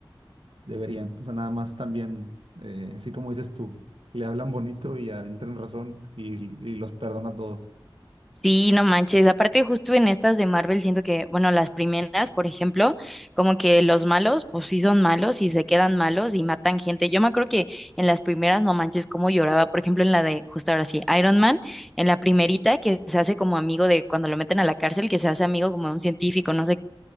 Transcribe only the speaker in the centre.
sí, no manches. Aparte, justo en estas de Marvel, siento que, bueno, las primeras, por ejemplo, como que los malos, pues sí son malos y se quedan malos y matan gente. Yo me acuerdo que en las primeras, no manches, cómo lloraba. Por ejemplo, en la de, justo ahora sí, Iron Man, en la primerita que se hace como amigo de cuando lo meten a la cárcel, que se hace amigo como de un científico, no sé